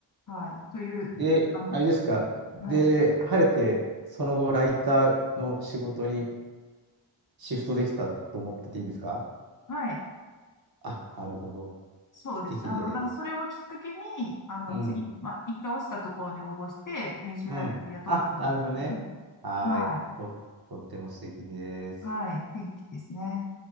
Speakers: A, on the left (about 45°); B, on the right (about 55°).
A: はい、という、
B: で、
A: あの、
B: あれですか。
A: はい、
B: で、晴れて、その後、ライターの仕事にシフトできたと思ってていいんですか
A: はい、
B: あ、なるほど。
A: そうです。
B: 素敵です。
A: あの、だからそれをきっかけに、あの、
B: うん。
A: 次、まあ、一回落ちたところに応募して、編集ライターで雇ってもらったので、
B: うん。あ、なるほどね。はーい。
A: はい、
B: と、とっても素敵です。
A: はい、転機ですね。